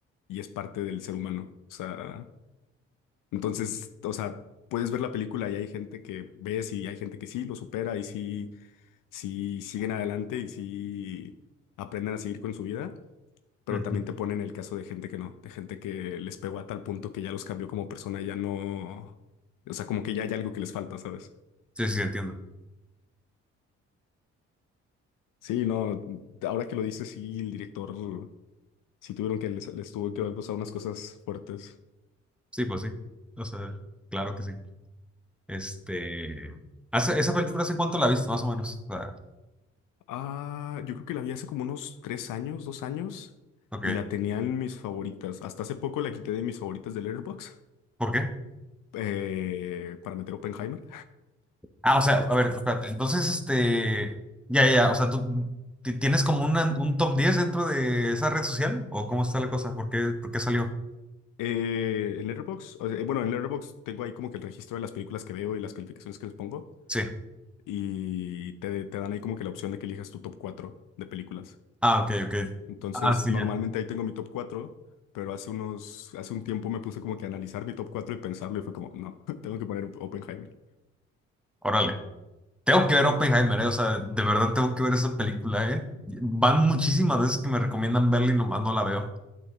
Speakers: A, on the left; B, in the centre.
A: y es parte del ser humano. O sea, entonces, o sea, puedes ver la película y hay gente que ves y hay gente que sí lo supera y sí, sí siguen adelante y sí aprenden a seguir con su vida. Pero
B: Ujú.
A: también te ponen el caso de gente que no, de gente que les pegó a tal punto que ya los cambió como persona y ya no, o sea, como que ya hay algo que les falta, ¿sabes?
B: Sí, sí, entiendo.
A: Sí, no, ahora que lo dices, sí, el director, sí tuvieron que, les, les tuvo que haber pasado unas cosas fuertes.
B: Sí, pues sí. O sea, claro que sí. Este. ¿hace- ¿Esa película hace cuánto la viste, más o menos? O sea,
A: Ah, yo creo que la vi hace como unos tres años, dos años,
B: ok.
A: y la tenía en mis favoritas. Hasta hace poco la quité de mis favoritas de Letterboxd,
B: ¿Por qué?
A: eh, para meter Oppenheimer.
B: Ah, o sea, a ver, espérate. Entonces, este. Ya, ya, ya. O sea, ¿tú ti- tienes como una- un top 10 dentro de esa red social? ¿O cómo está la cosa? ¿Por qué, por qué salió?
A: Eh, en Letterboxd, o sea, bueno, en Letterboxd tengo ahí como que el registro de las películas que veo y las calificaciones que les pongo,
B: Sí.
A: y te, te dan ahí como que la opción de que elijas tu top 4 de películas.
B: Ah, ok, ok.
A: Entonces,
B: Ah, sí,
A: normalmente
B: ya.
A: ahí tengo mi top 4 pero hace unos, hace un tiempo me puse como que a analizar mi top 4 y pensarlo y fue como, no, <laughs> tengo que poner Oppenheimer.
B: Órale. Tengo que ver Oppenheimer, ¿eh? O sea, de verdad tengo que ver esa película, ¿eh? Van muchísimas veces que me recomiendan verla y nomás no la veo.